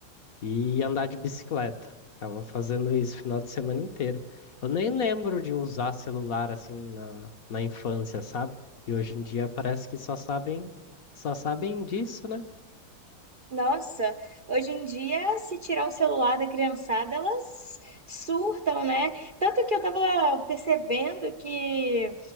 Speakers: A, on the left; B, on the right.
A: e andar de bicicleta. Ficava fazendo isso o final de semana inteiro. Eu nem lembro de usar celular assim na, na infância, sabe? E hoje em dia parece que só sabem, só sabem disso, né?
B: Nossa, hoje em dia, se tirar o celular da criançada, elas surtam, né? Tanto que eu tava percebendo que